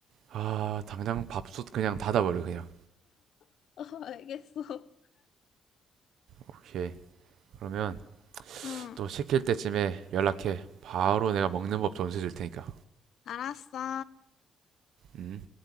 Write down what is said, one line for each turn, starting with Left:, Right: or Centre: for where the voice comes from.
Right: 아, 당장 밥솥 그냥 닫아버려, 그냥.
Left: <laughs> 어, 알겠어.
Right: 오케이. 그러면
Left: 응,
Right: 또 시킬 때쯤에 연락해. 바로 내가 먹는 법 전수해 줄 테니까.
Left: 알았어.
Right: 음.